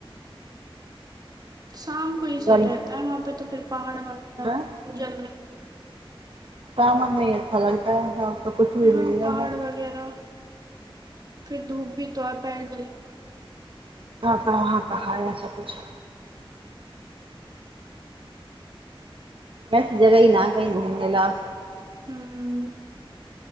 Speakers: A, on the right (about 45°); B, on the right (about 65°).
A: शाम को ऐसे
B: गल
A: सी रहता है वहाँ पे तो फिर पहाड़ बना
B: हाँ
A: जलबे हगे
B: <unintelligible>
A: हँ
B: नहीं है
A: पहाड़
B: वहाँ
A: वगैरह फिर धूप भी तो आता है पैर जाइए
B: घरप वहाँ कहा यए सभकछु वैस जगह ही ना कहीं घूमने ला
A: हं